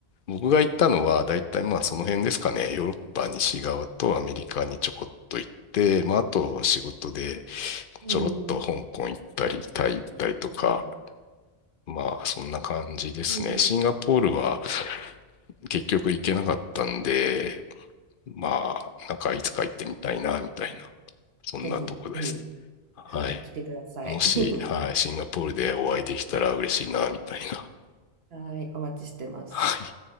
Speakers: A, on the left; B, on the right.
A: 僕が行ったのは、だいたいまあその辺ですかね。ヨーロッパ西側とアメリカにちょこっと行って、まああと仕事で
B: うん、
A: ちょろっと香港行ったり、タイ行ったりとか、
B: うん、
A: まあそんな感じですね。
B: うん。
A: シンガポールは結局行けなかったんで、まあ、なんかいつか行ってみたいな、みたいな、
B: はい
A: そんなとこです。
B: ぜひ、ぜひ、
A: はい。
B: はい、来てください。
A: もし、
B: <laughs>
A: はい、シンガポールでお会いできたら嬉しいな、みたいな。
B: はい、お待ちしてます。
A: はい